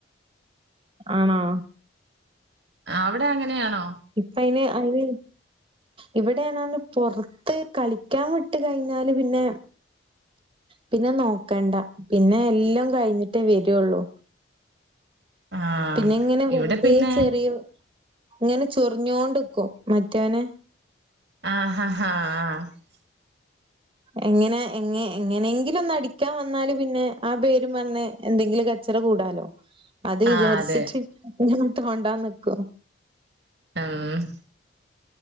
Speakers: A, on the right (about 25°); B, on the right (about 60°).
A: ആണാ
B: അവിടെ അങ്ങനെയാണോ
A: ഇപ്പ അയിന് അതിന് ഇവിടെയാണ പൊറത്ത് കളിക്കാൻ വിട്ട് കഴിഞ്ഞാല് പിന്നെ പിന്നെ നോക്കണ്ട പിന്നെ എല്ലാം കഴിഞ്ഞിട്ടേ വരുള്ളൂ
B: ആഹ്
A: പിന്നെ ഇങ്ങനെ വെറുതെ
B: ഇവിടെ പിന്നെ
A: ചെറിയ ഇങ്ങനെ ചൊറിഞ്ഞോണ്ട്ക്കും മറ്റവനെ
B: ആഹഹ ആഹ് ആഹ്
A: എങ്ങനെ എങ്ങ എങ്ങനെങ്കിലും ഒന്നടിക്കാൻ വന്നാല് പിന്നെ ആ പേര് പറഞ് എന്തെങ്കിലും കച്ചറ കൂടാലോ അത് വിചാരിച്ചിട്ട്
B: ആഹ് അതെ
A: ഇങ്ങനെ തോണ്ടാൻ ന്ക്കും
B: ആഹ്